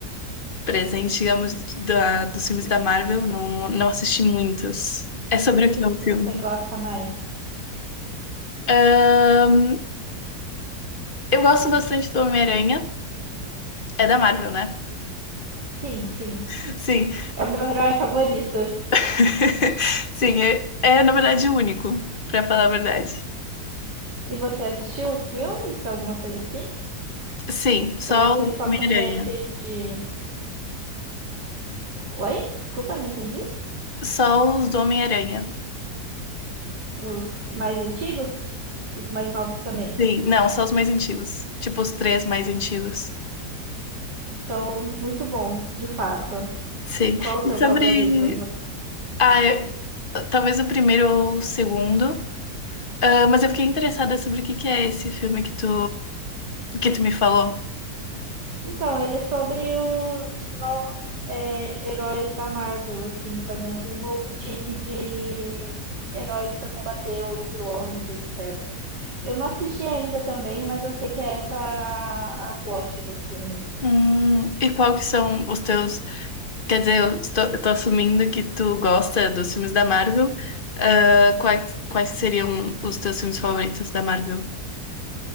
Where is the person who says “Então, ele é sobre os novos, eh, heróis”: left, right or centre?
Right